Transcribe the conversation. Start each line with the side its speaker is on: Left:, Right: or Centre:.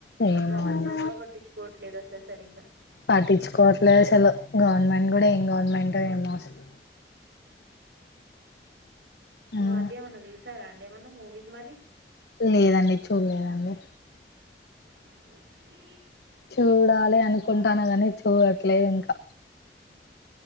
Right: మన
Left: ఏమో
Right: ప్రభుత్వం
Left: అండి
Right: కూడా పట్టించుకోవట్లేదు అసలు సరిగ్గా
Left: పట్టించుకోవట్లేదు అసలు గవర్నమెంట్ కూడా ఏం గవర్నమెంటో ఏమో అసలు.
Right: ఈ
Left: మ్మ్
Right: మధ్య ఏమన్నా చూసారా అండి ఏమన్నా మూవీస్ మరి
Left: లేదండి చూడలేదండి
Right: అఓకే
Left: చూడాలి అనుకుంటాను కాని చూడట్లేదు ఇంకా